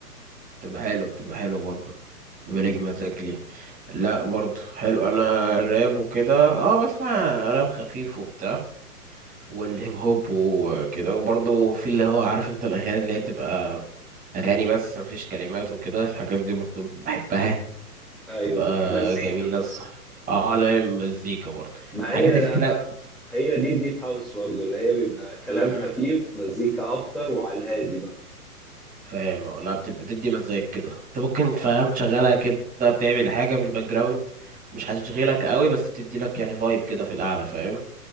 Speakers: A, on the right; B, in the centre.
A: بتبقى حلوه بتبقى حلوه برضه بالك
B: مم.
A: مزاج ليه لا برضه حلو انا راب وكده اه بسمع راب خفيف وبتاع والهيب هوب وكده وبرضه في اللي هو عارف انت الاغاني اللي هي بتبقى اغاني بس مفيش كلمات وكده الحاجات دي برضه بحبها
B: ايوه
A: تبقى
B: مزيكا
A: جميلة الصراحة
B: بس
A: اه لا مزيكا برضه
B: ما
A: حاجات
B: هي
A: الكنا
B: انا هي دي الديب هاوس برضه اللي هي بيبقى كلام
A: م- م.
B: خفيف مزيكا اكتر وعلى الهادي بقى
A: فاهم اه، لا بتبقى تدي مزاج كده انت ممكن فاهم تشغلها كده بتعمل حاجة في الباك جراوند مش هتشغلك قوي بس بتدي لك يعني فايب كده في القعدة فاهم